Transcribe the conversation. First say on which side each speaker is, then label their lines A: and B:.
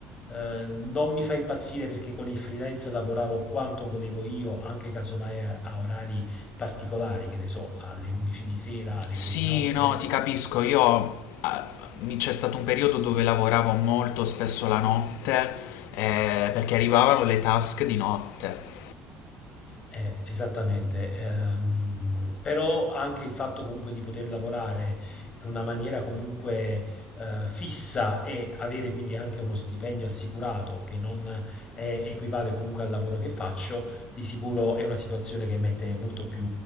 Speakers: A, on the left; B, on the left.
A: eh, non mi fa impazzire perché con il freelance lavoravo quanto volevo io, anche casomai a, a orari particolari, che ne so, alle 11 di sera, alle
B: Sì,
A: 3 di notte
B: no, ti capisco. Io ah, mi- c'è stato un periodo dove lavoravo molto spesso la notte eh, perché arrivavano le task di notte.
A: Eh, esattamente, ehm, però anche il fatto comunque di poter lavorare in una maniera comunque eh, fissa e avere quindi anche uno stipendio assicurato che non è- equivale comunque al lavoro che faccio, di sicuro è una situazione che mette molto più